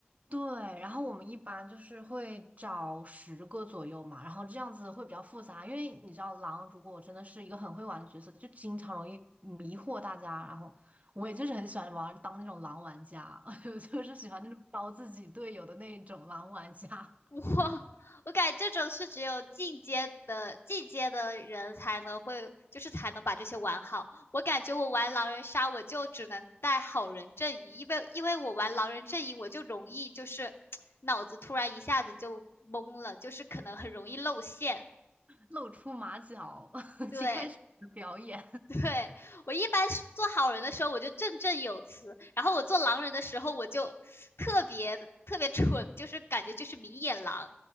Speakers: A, on the right; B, on the left.
A: 对，然后我们一般就是会找十个左右嘛，然后这样子会比较复杂，因为你知道狼如果真的是一个很会玩的角色，就经常容易迷惑大家。然后我也就是很喜欢玩当那种狼玩家，<laughs> 就是喜欢那种刀自己队友的那种狼玩家，
B: 我我感觉这种是只有进阶的进阶的人才能会，就是才能把这些玩好。我感觉我玩狼人杀，我就只能带好人阵营，因为因为我玩狼人阵营，我就容易就是脑子突然一下子就懵了，就是可能很容易露馅。
A: <laughs> 露出马脚，<laughs>
B: 对
A: 请开始你的表演，
B: <laughs> 对，我一般是做好人的时候我就振振有词，然后我做狼人的时候我就特别特别蠢，就是感觉就是明眼狼。